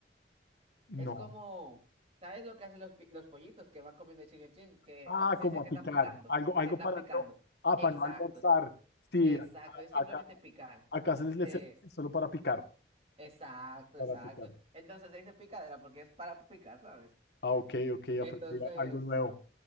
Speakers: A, on the left; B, on the right.
A: No.
B: Es como, ¿sabes lo que hacen los, pi- los pollitos que van comiendo chin en chin? Que
A: Ah,
B: aquí se
A: como
B: dice
A: a
B: que
A: picar.
B: están picando,
A: Algo, algo
B: que están
A: para
B: picando.
A: no. Ah,
B: Exacto,
A: para no almorzar. Sí,
B: exacto.
A: acá,
B: Es
A: acá,
B: simplemente picar.
A: acá se les
B: De,
A: solo para picar.
B: exacto,
A: Para
B: exacto.
A: picar.
B: Entonces se dice picadera porque es para picar, ¿sabes?
A: Ah, ok, ok,
B: Entonces.
A: aprendí algo nuevo.